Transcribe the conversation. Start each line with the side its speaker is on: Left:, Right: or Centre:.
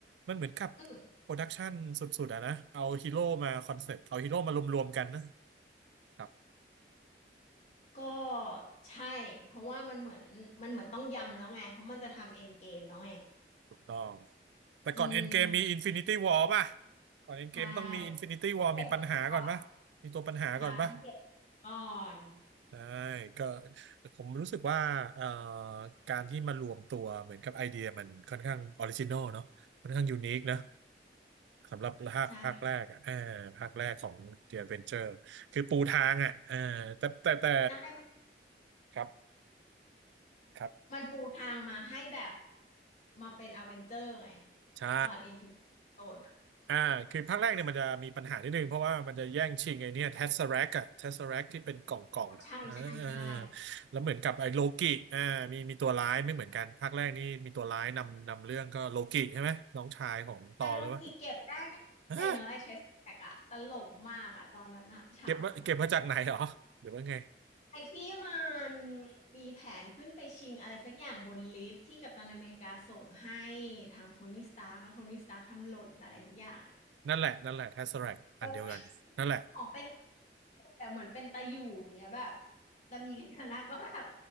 Right: มันเหมือนกับ
Left: อืม
Right: โปรดักชันสุดๆอะนะเอาฮีโร่มาคอนเซ็ปต์เอาฮีโร่มารวมๆกันนะครับ
Left: ก็ใช่เพราะว่ามันเหมือนมันเหมือนต้องยำแล้วไงเพราะมันจะทำเอ็นเกมแล้วไง
Right: ถูกต้องแต่ก่อนเอ็นเกมมีอินฟินิตี้วอป่ะ
Left: อืม
Right: ก่อนเอ็นเกมต้องมีอินฟินิตี้วอมีปัญหาก่อนป่ะมีตัวปัญหาก่อนป่ะ
Left: ใช่ต้องเก็บหินก่อนใช่ต้องเก็บหินก่อน
Right: ได้ก็ผมรู้สึกว่าเอ่อการที่มารวมตัวเหมือนกับไอเดียมันค่อนข้างออริจินอลเนาะค่อนข้างยูนิคนะสำหรับภาคภาคแรกอ่ะเออภาคแรกของ
Left: ใช่
Right: The Adventure คือปูทางอ่ะเออแต่แต่แต่
Left: ใช่มัน
Right: ครับครับ
Left: มันปูทางมาให้แบบมาเป็นอเวนเจอร์ไง
Right: ใช่
Left: ตอนอินฟินิตี้โ n นอ่ะ
Right: อ่าคือภาคแรกเนี่ยมันจะมีปัญหานิดนึงเพราะว่ามันจะแย่งชิงไอ้เนี่ยเทสเซอแร็กอะเทสเซอแร็กที่เป็นกล่องกล่องอะเออเออ
Left: อ่ะใช่ใช่ใช่
Right: แล้วเหมือนกับไอ้โลกิอ่ามีมีตัวร้ายไม่เหมือนกันภาคแรกนี่มีตัวร้ายนำนำเรื่องก็โลกิใช่ไหมน้องชายของตอหรือเป่า
Left: แต่โลกิเก็บได้ง่ายๆเลยเนาะไอ้เทสแท็กอะตลกมากอะตอนนั้นอะฉากนั้นอะ
Right: ฮะเก็บมาเก็บมาจากไหนเหรอหรือว่าไง
Left: ไอ้ที่มันมีแผนขึ้นไปชิงอะไรสักอย่างบนลิฟต์ที่กัปตันอเมริกาส่งให้ทางโทนี่สตาร์กแล้วโทนี่สตาร์กทำหล่นอะไรสักอย่างอ่ะ
Right: นั่นแหละนั่นแหละเทสเซอแร็กอันเดียวกันนั่นแหละ
Left: เออของเป็นแต่เหมือนเป็นตะอยู่อย่างเงี้ยแบบแล้วมีกันชนะก็แบบ